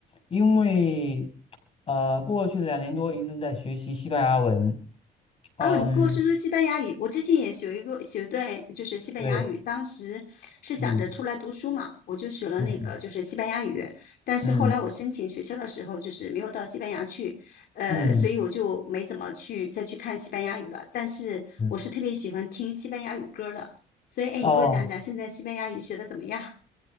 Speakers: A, on the left; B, on the left.
A: 因为呃，过去的两年多一直在学习西班牙文，嗯，
B: 哦，你跟我说说西班牙语，我之前也学一个学对，就是西班牙语。
A: 对，
B: 当时是想着出来读书嘛，
A: 嗯
B: 我就学了那个就是西班牙语。
A: 嗯
B: 但是后来我申请学校的时候，
A: 嗯
B: 就是没有到西班牙去，呃，
A: 嗯嗯，
B: 所以我就没怎么去再去看西班牙语了。但是我是特别喜欢听西班牙语歌的，
A: 对
B: 所以哎，你给我讲讲现在西班牙语学的怎么样？
A: 哦。